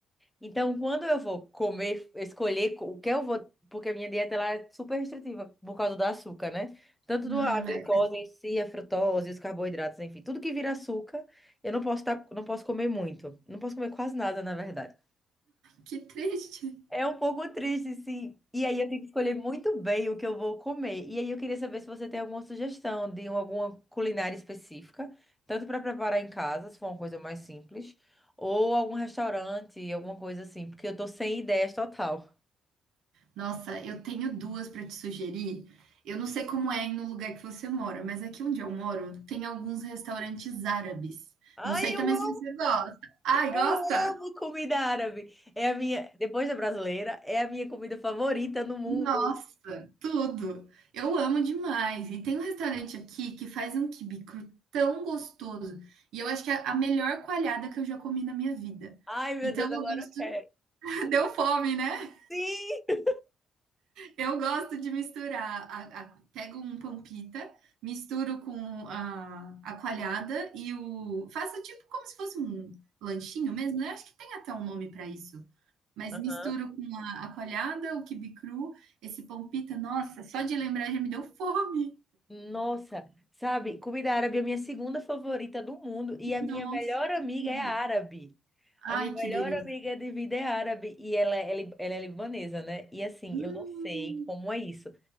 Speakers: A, in the centre; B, on the right.
A: Então, quando eu vou comer, escolher co- o que eu vou, porque a minha dieta ela é super restritiva por causa do açúcar, né? Tanto
B: Hum,
A: do a glicose
B: é, faz
A: em si, a frutose, os carboidratos, enfim, tudo que vira açúcar, eu não posso tá, não posso comer muito. Não posso comer quase nada, na verdade.
B: que triste.
A: É um pouco triste, sim. E aí eu tenho que escolher muito bem o que eu vou comer. E aí eu queria saber se você tem alguma sugestão de um, alguma culinária específica, tanto para preparar em casa, se for uma coisa mais simples, ou algum restaurante, alguma coisa assim, porque eu tô sem ideias total.
B: Nossa, eu tenho duas para te sugerir. Eu não sei como é aí no lugar que você mora, mas aqui onde eu moro tem alguns restaurantes árabes.
A: Ai,
B: Não sei
A: eu
B: também
A: amo,
B: se você gosta. Ai,
A: eu
B: gosta?
A: amo comida árabe. É a minha, depois da brasileira, é a minha comida favorita no mundo.
B: Nossa, tudo. Eu amo demais. E tem um restaurante aqui que faz um quibe cru tão gostoso. E eu acho que é a melhor coalhada que eu já comi na minha vida.
A: Ai, meu
B: Então
A: Deus,
B: eu
A: agora
B: gosto
A: eu quero.
B: <laughs> deu fome, né?
A: Sim!
B: Eu gosto de misturar a a pego um pão pita, misturo com a a coalhada e o faço tipo como se fosse um lanchinho mesmo, né, acho que tem até um nome para isso. Mas
A: Aham.
B: misturo com a a coalhada, o quibe cru, esse pão pita, nossa, só de lembrar já me deu fome.
A: Nossa, sabe, comida árabe é a minha segunda favorita do mundo e a minha
B: Nossa,
A: melhor amiga
B: que tudo.
A: é árabe.
B: Ai,
A: A minha melhor
B: que delícia.
A: amiga de vida é árabe e ela, é li- ela é libanesa, né? E assim,
B: Hum,
A: eu não sei como é isso.